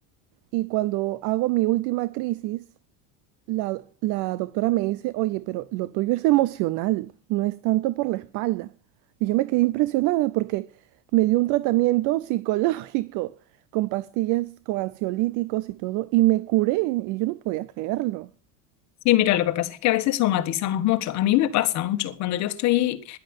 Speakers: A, on the right; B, on the left.
A: Y cuando hago mi última crisis, la, la doctora me dice, oye, pero lo tuyo es emocional, no es tanto por la espalda. Y yo me quedé impresionada porque me dio un tratamiento psicológico con pastillas, con ansiolíticos y todo, y me curé. Y yo no podía creerlo.
B: Sí, mira, lo que pasa es que a veces somatizamos mucho. A mí me pasa mucho. Cuando yo estoy